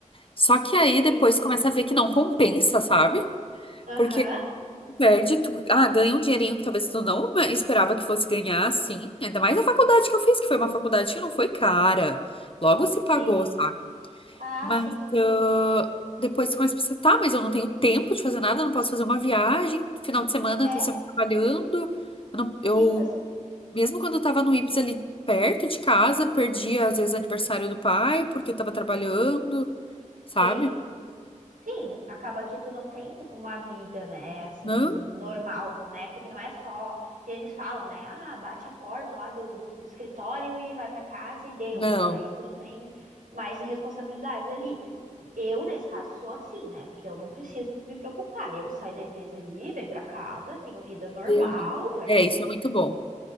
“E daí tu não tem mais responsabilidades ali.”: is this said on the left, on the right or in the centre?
Right